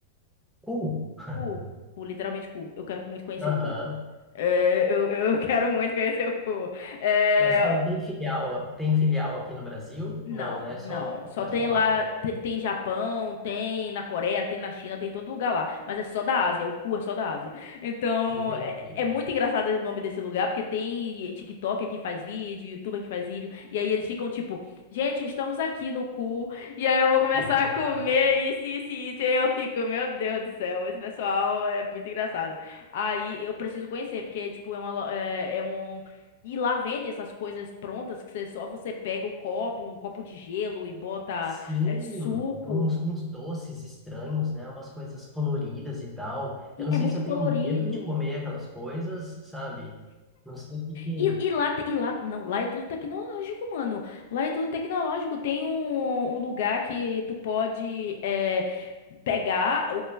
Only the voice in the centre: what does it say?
cool. <laughs>
Aham.
Mas tem, tem filial, tem filial aqui no Brasil?
Não, né? Só,
vai
só
lá.
Entendi.
<laughs>
Sim,
uns, uns doces estranhos, né? Umas coisas coloridas e tal.
Eu não
sei
se eu
tenho medo de comer aquelas coisas, sabe? Não sei o que que...